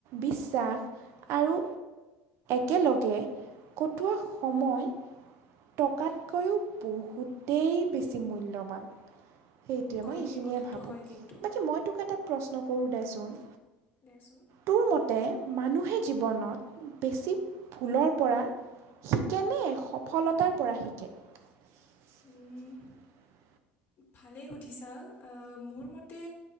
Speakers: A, on the right; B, on the left.
A: বিশ্বাস আৰু একেলগে কটোৱা সময় টকাতকৈও বহুতেই বেছি মূল্যৱান সেইটোৱে
B: হয়
A: মই
B: দেই
A: এইখিনিয়ে
B: কথাটো
A: ভাবোঁ
B: হয় কিন্তু
A: বাকী মই তোক এটা প্ৰশ্ন কৰোঁ দেচোন
B: দেচোন
A: তোৰ মতে মানুহে জীৱনত বেছি ভুলৰ পৰা শিকেনে সফলতাৰ পৰা শিকে <unintelligible>
B: উম, ভালেই সুধিছা আহ মোৰ মতে